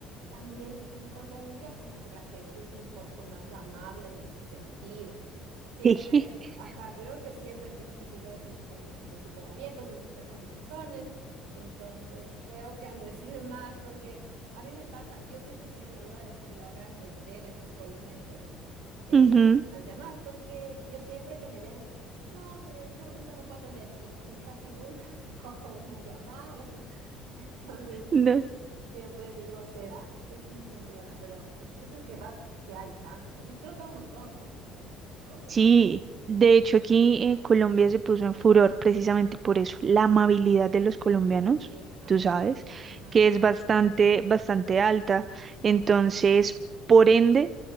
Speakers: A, on the right (about 80°); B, on the right (about 40°).
A: también en Colombia como que la gente es un poco más amable en ese sentido. Siempre,
B: <laughs>
A: ajá, creo que siempre han dicho así como que los colombianos son súper abiertos y súper conversones, entonces creo que han de <laughs> ser más porque a mí me pasa, yo siempre he tenido la duda de si logran vender en los call centers eh,
B: Ujú,
A: con las llamadas, porque yo siempre que me llamen, es como, no, señor, en este momento no puedo atender y casi nunca cojo una llamada. <laughs> Entonces,
B: no,
A: siempre digo, ¿será? Es que sí funciona, pero si tú dices que vas, que hay tanto, sí, creo que hay un montón, ¿no? También, call center.
B: Sí, de
A: Ujú.
B: hecho aquí en Colombia se puso en furor precisamente por eso, la amabilidad de los colombianos,
A: Sí. Ajá,
B: tú sabes,
A: ajá.
B: que es bastante, bastante alta. Entonces, por ende,